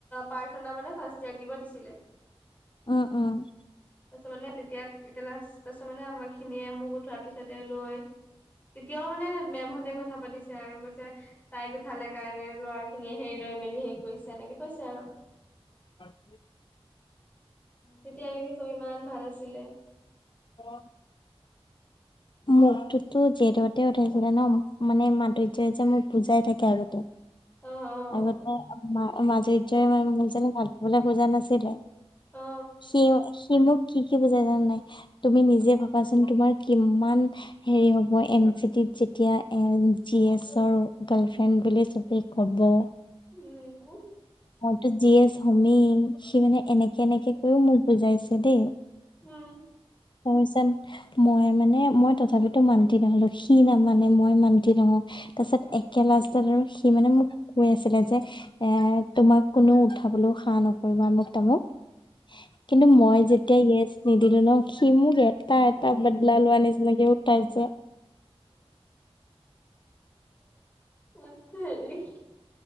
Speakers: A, on the left; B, on the left.
A: প্ৰাৰ্থনা মানে ফাৰ্ষ্ট ইয়াৰক দিব দিছিলে।
B: অ', অ'।
A: তাৰপিছত মানে তেতিয়া একেলা তাৰপাছত মানে আমাৰ খিনিয়ে মোক উঠোৱাৰ পিছতে লৈ তেতিয়াও মানে মেমহঁতে কথা পাতিছে আৰু কৈছে, তাইক উঠালে কাৰণে ল'ৰা খিনিয়ে হেৰি লৈ মেলি হেৰি কৰিছে এনেকে কৈছে আৰু।
B: আখ
A: তেতিয়ালৈকে চব ইমান ভাল আছিলে।
B: অ মোকটোতো জেততে উঠাইছিলে ন' মানে মাধুৰ্যয় যে মোৰ বুজাই থাকে আগতে।
A: অ অ
B: আগতে মধুইজাই মোক যেনে ভাল পাবলৈ খোজা নাছিলে।
A: অ
B: সি সি মোক কি কি বুজাই জান নাই, তুমি নিজে ভাবাচোন তোমাৰ কিমান হেৰি হ'ব এন চিটিত যেতিয়া এ' জি এছৰ গাৰ্লফ্ৰেণ্ড বুলি চবে কব।
A: উম',।
B: মইতো জি এছ হমেই, সি মানে এনেকে এনেকে কৰিও মোক বুজাইছে দেই।
A: উম',।
B: তিচ মই মানে মই তথাপিতো মান্তি নহলো, সি নামানে মই মান্তি নহওঁ। তাৰপিছত একে লষ্টাত আৰু সি মানে মোক কৈ আছিলে যে এ' তোমাক কোনো উঠাবলৈও সা নকৰিবা আমুক-তামুক, কিন্তু মই যে এতিয়া ইচ নিদিলো ন' সি মোক এটা এটা বাদলা লোৱা নিচিনাকে উঠাইছে।
A: মি